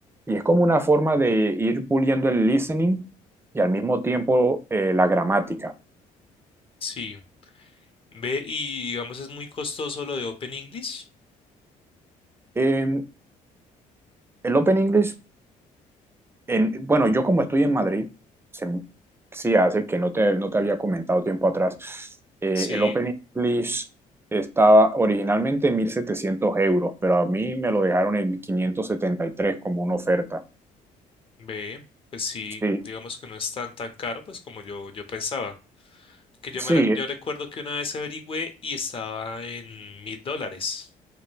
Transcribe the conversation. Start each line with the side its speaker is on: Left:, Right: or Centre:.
Right: Y es como una forma de ir puliendo el listening y al mismo tiempo eh, la gramática.
Left: sí. Ve, y digamos es muy costoso lo de Open English.
Right: En el Open English, en- bueno, yo como estoy en Madrid, se, sí hace que no te, no te había comentado tiempo atrás, eh,
Left: Sí.
Right: el Open English estaba originalmente en 1.700 euros, pero a mí me lo dejaron en 573 como una oferta.
Left: Ve, pues sí,
Right: Sí,
Left: digamos que no es tan tan caro, pues como yo, yo pensaba. Que yo
Right: sí,
Left: me re- yo recuerdo que una vez averigüé y estaba en mil dólares.